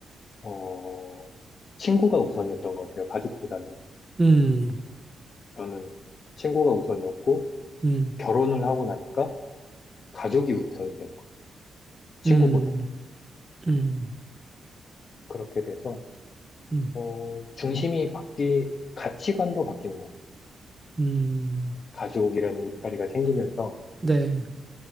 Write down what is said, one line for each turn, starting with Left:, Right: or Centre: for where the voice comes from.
Left: 어, 친구가 우선이었던 것 같아요. 가족보다는.
Right: 음,
Left: 저는 친구가 우선이었고,
Right: 음,
Left: 결혼을 하고 나니까 가족이 우선이 되는 거예요. 친구보다는.
Right: 음, 음,
Left: 그렇게 돼서,
Right: 음,
Left: 어, 중심이 바뀌, 가치관도 바뀌는 것 같아요.
Right: 음.
Left: 가족이라는 울타리가 생기면서,
Right: 네,